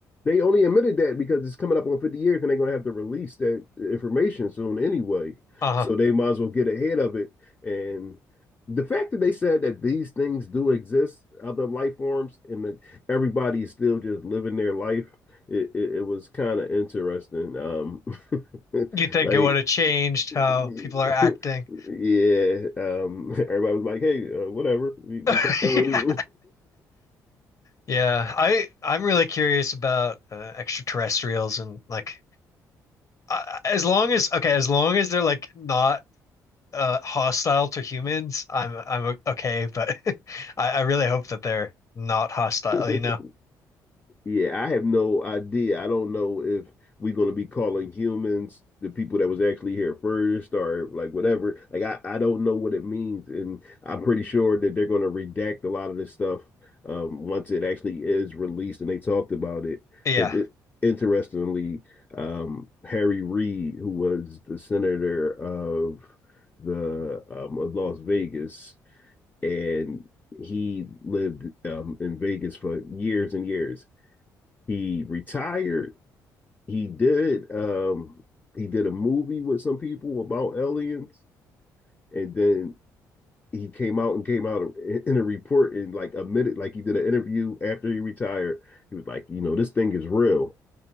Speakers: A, on the left; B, on the left.
A: they only admitted that because it's coming up on 50 years and they're going to have to release that information soon anyway.
B: Uh-huh.
A: So they might as well get ahead of it. And the fact that they said that these things do exist, other life forms, and that everybody is still just living their life, it, it, it was kind of interesting. Um, <laughs>
B: You think
A: like
B: it would have changed how
A: Yeah,
B: people are acting?
A: um, <laughs> everybody was like, "Hey, uh, whatever, we we
B: <laughs>
A: kind of already."
B: Yeah.
A: <laughs>
B: Yeah, I I'm really curious about uh, extraterrestrials and like uh, as long as okay, as long as they're like not uh hostile to humans, I'm I'm o- okay, but <laughs> I I really hope that they're not hostile,
A: The-
B: you know.
A: Yeah, I have no idea. I don't know if we're going to be calling humans the people that was actually here first or like whatever. Like I, I don't know what it means, and I'm pretty sure that they're going to redact a lot of this stuff um, once it actually is released and they talked about it.
B: Yeah.
A: Because it, interestingly, um, Harry Reid, who was the senator of the um, of Las Vegas, and he lived um, in Vegas for years and years he retired. He did um he did a movie with some people about aliens, and then he came out and came out in a report and like admitted, like he did an interview after he retired. He was like, you know, this thing is real.